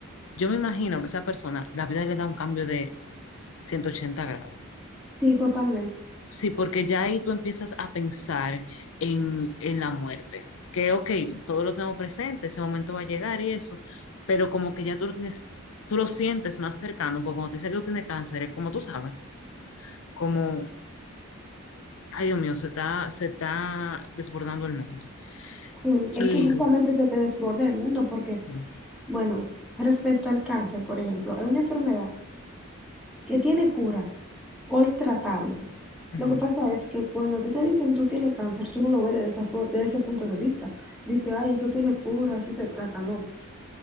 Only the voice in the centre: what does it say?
Sí, totalmente.
Mm,
Es que justamente se te desborda el mundo porque,
bueno, respecto al cáncer, por ejemplo, es una enfermedad que tiene cura, o es tratable.
Lo que pasa es que cuando a ti te dicen tú tienes cáncer, tú no lo ves de esa for- de ese punto de vista, de que, ay, eso tiene cura, eso se trata, no.